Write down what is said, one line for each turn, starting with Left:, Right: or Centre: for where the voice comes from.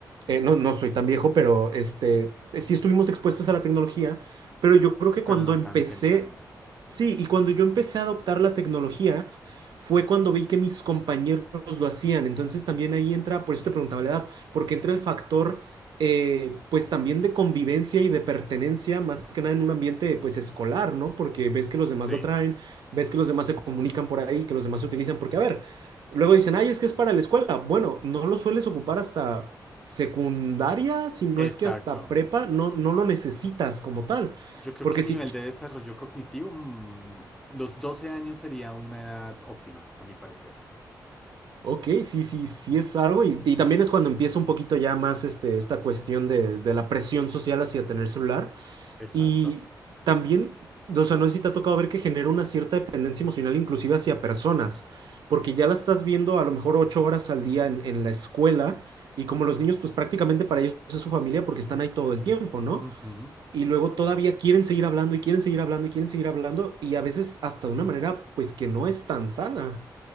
Right: eh, no, no soy tan viejo, pero este, sí estuvimos expuestos a la tecnología pero yo creo que
Centre: pero
Right: cuando
Centre: no a
Right: empecé,
Centre: tan temprana edad.
Right: sí, y cuando yo empecé a adoptar la tecnología, fue cuando vi que mis compañeros lo hacían. Entonces también ahí entra, por eso te preguntaba la edad, porque entra el factor, eh, pues también de convivencia y de pertenencia, más que nada en un ambiente, pues escolar, ¿no? Porque ves que los demás
Centre: Sí,
Right: lo traen, ves que los demás se comunican por ahí, que los demás se utilizan, porque a ver, luego dicen, ay, es que es para la escuela. Bueno, no lo sueles ocupar hasta secundaria, si no
Centre: exacto.
Right: es que hasta prepa, no, no lo necesitas como tal.
Centre: Yo creo
Right: Porque
Centre: que a nivel
Right: sí,
Centre: de desarrollo cognitivo, mm, los 12 años sería una edad óptima, a mi parecer.
Right: ok, sí, sí, sí es algo y, y también es cuando empieza un poquito ya más este, esta cuestión de, de la presión social hacia tener celular
Centre: Exacto.
Right: y también, o sea, no sé si te ha tocado ver que genera una cierta dependencia emocional inclusive hacia personas, porque ya la estás viendo a lo mejor ocho horas al día en, en la escuela y como los niños pues prácticamente para ellos es su familia porque están ahí todo el tiempo, ¿no?
Centre: Ujú.
Right: Y luego todavía quieren seguir hablando y quieren seguir hablando y quieren seguir hablando y a veces hasta de una manera pues que no es tan sana.